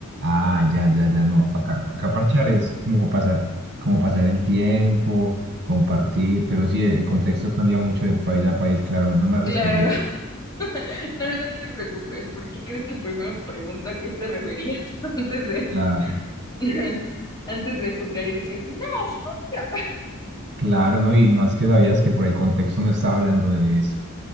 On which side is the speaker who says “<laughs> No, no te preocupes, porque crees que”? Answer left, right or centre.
Left